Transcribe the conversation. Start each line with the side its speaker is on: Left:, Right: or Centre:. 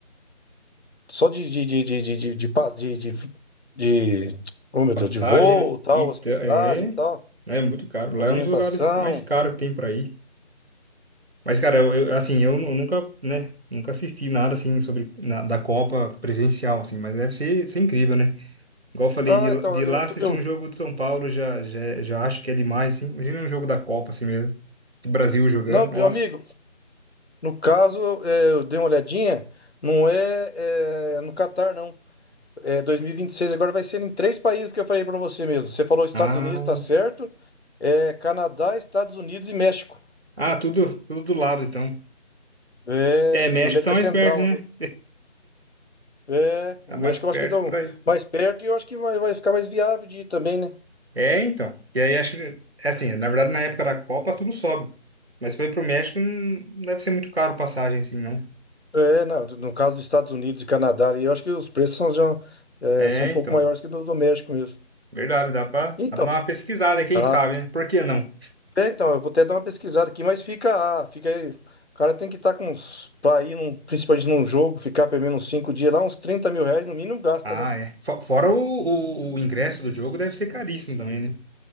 Left: Só de, de, de, de, de, de, de, pa- de, de, de- oh meu
Right: Passagem,
Left: Deus, de voo,
Right: né?
Left: tal,
Right: Então,
Left: hospedagem,
Right: é, é
Left: tal,
Right: né, muito caro. Lá
Left: alimentação.
Right: é um dos lugares mais caros que tem pra ir. Mas, cara, eu, eu- assim, eu, eu nunca, né, nunca assisti nada, assim, sobre, na- da Copa presencial, assim, mas deve ser, ser incrível, né? Igual eu falei,
Left: Ah,
Right: de, lá-
Left: então,
Right: de lá
Left: eu,
Right: assistir
Left: tô- eu,
Right: um jogo de São Paulo, já, já, já acho que é demais, assim. Imagina um jogo da Copa, assim mesmo. Esse Brasil jogando,
Left: não,
Right: nossa.
Left: meu amigo, no caso, é, eu dei uma olhadinha, não é, é, no Catar, não. É dois mil e e vinte e seis agora vai ser em três países que eu falei pra você mesmo. Você falou Estados
Right: Ah,
Left: Unidos, tá certo? É Canadá, Estados Unidos e México.
Right: ah, tudo, tudo do lado, então.
Left: É,
Right: É, México
Left: na América
Right: tá mais
Left: Central
Right: perto, né?
Left: ali. É,
Right: Tá
Left: o México
Right: mais perto
Left: eu acho que estão
Right: pra ir.
Left: mais perto e eu acho que vai, vai ficar mais viável de ir também, né?
Right: É, então. E aí acho que, é assim, na verdade na época da Copa tudo sobe. Mas foi pro México não deve ser muito caro passagem assim, não.
Left: É, não, no caso dos Estados Unidos e Canadá, ali, eu acho que os preços são, já, é,
Right: É,
Left: são um pouco
Right: então.
Left: maiores que do, do México mesmo.
Right: Verdade, dá pra,
Left: Então,
Right: dá pra dar uma pesquisada, quem
Left: ah,
Right: sabe, né? Por que não?
Left: é, então, eu vou até dar uma pesquisada aqui, mas fica, ah, fica aí. O cara tem que estar com uns, pra ir num, principalmente num jogo, ficar pelo menos uns 5 dias lá, uns trinta mil reais no mínimo gasta,
Right: Ah,
Left: né?
Right: é. Fo- Fora o, o, o ingresso do jogo deve ser caríssimo também, né?